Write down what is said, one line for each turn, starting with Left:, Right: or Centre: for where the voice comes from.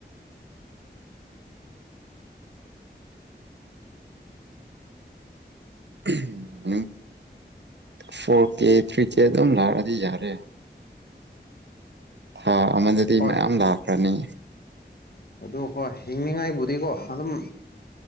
Right: <unintelligible> ꯎꯝ ꯐꯣꯔ ꯀꯦ ꯊ꯭ꯔꯤ ꯀꯦ ꯑꯗꯨꯝ ꯂꯥꯛꯑꯗꯤ ꯌꯥꯔꯦ ꯑ ꯑꯃꯗꯗꯤ
Left: ꯍꯣꯏ
Right: ꯃꯌꯥꯝ ꯂꯥꯛꯈ꯭ꯔꯅꯤ
Left: ꯑꯗꯨ ꯍꯣꯏ ꯍꯤꯡꯅꯤꯉꯥꯏꯕꯨꯗꯤꯀꯣ ꯑꯗꯨꯝ